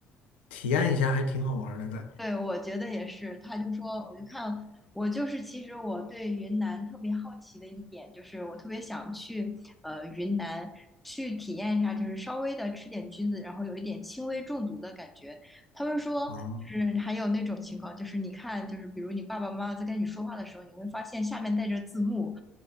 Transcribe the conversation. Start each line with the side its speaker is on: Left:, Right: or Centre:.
Left: 体验一下还挺好玩儿的感觉。
Centre: 对，我觉得也是。他就说，我就看，我就是其实我对云南特别好奇的一点，就是我特别想去呃云南去体验一下，就是稍微的吃点菌子，然后有一点轻微中毒的感觉。他们说，
Left: 哦
Centre: 就是还有那种情况，就是你看，就是比如你爸爸妈妈在跟你说话的时候，你会发现下面带着字幕。